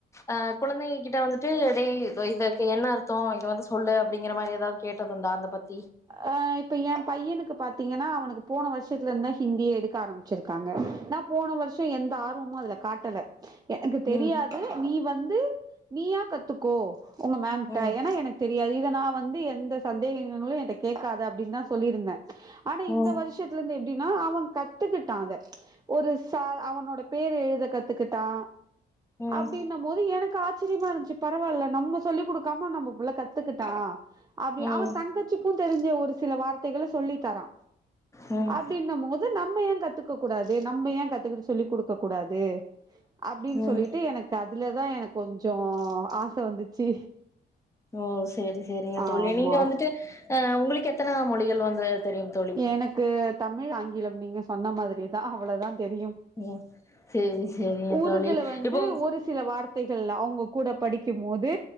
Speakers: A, on the left; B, on the right.
A: ஆ குழந்தைங்க கிட்ட வந்துட்டு இதே இது க்கு என்ன அர்த்தம் இத வந்து சொல்லு அப்படிங்கிற மாதிரி ஏதாவது கேட்டது உண்டா அத பத்
B: ஆ இப்ப என் பையனுக்கு பாத் தீங்கன்னா அவனுக்கு போன ஆஷத்துல வந்து ஹிந்திய எடுக்க ஆரம்பிச்சிருக்காங்க போன வருஷம் எந்த ஆர்வமும் அதுல காட்டல எனக்கு தெரியாது
A: ம்
B: நீ வ ந்து நீயா கத்துக்கோ உங்க மேம்ட்ட
A: ம்
B: ஏன்னா எனக்கு தெரியாது இத நான் வந்து எந்த சந்தேகங்களும் என்ட கேட்காத அப்படின்னு தான் சொல்லிருந்தேன் ஆனா
A: ம்
B: இந்த வருஷத்துல இருந்து எ ப்டினா அவங் கத்துக்கிட்டாங்க ஒரு ச அவனோட பேரு எழுத கத்துக்கிட்டா
A: ம்
B: அப்டின்னம்போது என க்கு ஆச்சரியமா இருந்துச்சு பரவால்ல நம்ம சொல்லி் குடுக்காம நம்ப புள்ள கத்துக்கிட்டா அப்டி
A: ம்
B: அவ தங்கச்சிக் கு தெரிஞ்ச ஒரு சில வார்த்தைகள சொல்லி தரா
A: ம்
B: அப்டின்னம்போது நம்ம ஏன் கத் துக்கக் கூடாது நம்ம ஏன் கத்துக்கிட்டு சொல்லி் குடுக்கக் கூடாது அப்டின்னு
A: ம்
B: சொல்லிட்டு எனக்கு அத் அதுலதா எனக்கு கொஞ்சோ ஆச வந்துச்சி
A: ஓ சேரி சேரிங்க
B: ஆமா
A: தோழி நீங்க வந்துட்டு ஆ உங்களுக்கு எத்தன மொழிகள் வந்து தெரியும் தோழி?
B: எனக்கு தமிழ், ஆங்கிலம் நீங்க சொன்ன மாதிரிதா ஆ அவ்ளவுதா தெரியு
A: ம் சேரி சேரிங்க
B: உருதுல
A: தோழி
B: வந்து
A: இப்போ
B: ஒரு சில வார்த்தைகள் அவங்க கூட படிக்கும் போது